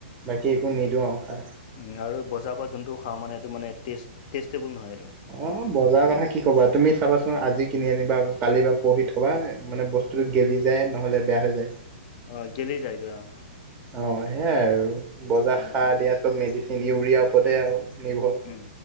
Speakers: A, on the right; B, on the left.
A: বাকী একো নিদিওঁ আউ সাৰ
B: উম আৰু বজাৰ পৰা যোনটো খাওঁ মানে এইটো মানে টেষ্ট টেষ্টেবোল নহয় এইটো
A: অ বজাৰ কথা কি কবা তুমি চাবাচোন আজি কিনি আনিবা আকৌ কালি বা পৰখি থবা মানে বচ টো গেলি যায় নহ'লে বেয়া হৈ যায়
B: অ গেলি যায় গে অ
A: অ সেয়াই আৰু বজাৰ
B: উম
A: সাৰ দিয়া চব মেডিচিন ইউৰিয়া ওপতে আউ নিৰ্ভ
B: উম